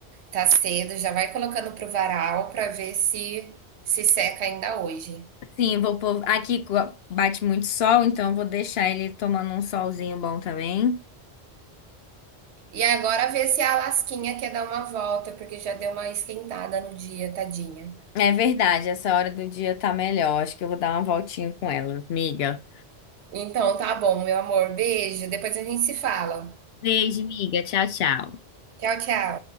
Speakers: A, on the right (about 80°); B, on the left (about 70°).
A: tá cedo, já vai colocando pro varal pra ver se se seca ainda hoje.
B: Sim, eu vou pôr aqui co- bate muito sol, então eu vou deixar ele tomando um solzinho bom também.
A: E agora ver se a Lasquinha quer dar uma volta, porque já deu uma esquentada no dia, tadinha.
B: É verdade, essa hora do dia tá melhor. Acho que eu vou dar uma voltinha com ela, amiga.
A: Então tá bom, meu amor, beijo, depois a gente se fala.
B: Beijo, amiga. Tchau, tchau.
A: Tchau, tchau.